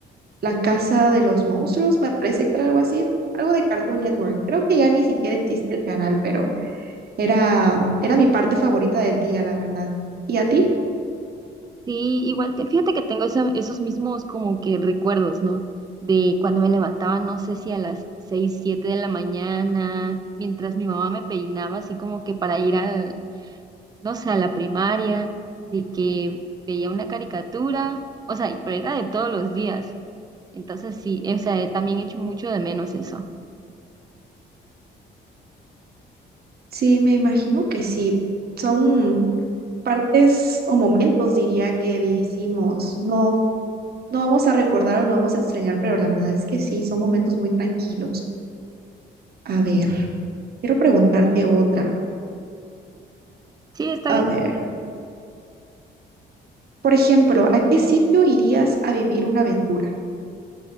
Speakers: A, on the right; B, on the right.
A: La Casa de los Monstruos, me parece que era algo así, algo de Cartoon Network. Creo que ya ni siquiera existe el canal, pero... Era, era mi parte favorita del día, la verdad. ¿Y a ti?
B: Sí, igual te, fíjate que tengo esa- esos mismos como que recuerdos, ¿no? De cuando me levantaba, no sé si a las 6 7 de la mañana, mientras mi mamá me peinaba, así como que para ir al, no sé, a la primaria, de que veía una caricatura, o sea, y pero era de todos los días. Entonces sí, o sea, también echo mucho de menos eso.
A: Sí, me imagino que sí. Son partes o momentos, diría, que decimos, no, no vamos a recordar o no vamos a extrañar, pero la verdad es que sí, son momentos muy tranquilos. A ver, quiero preguntarte otra.
B: Sí, está
A: A
B: bien.
A: ver, por ejemplo, ¿a qué sitio irías a vivir una aventura?